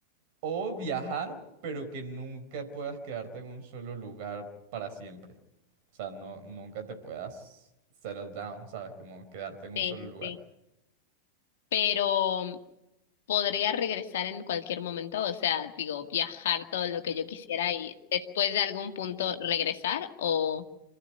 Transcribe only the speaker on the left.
sí,
sí,
sí. Pero mm, podría regresar en cualquier momento, o sea, digo, viajar todo lo que yo quisiera y después de algún punto regresar o,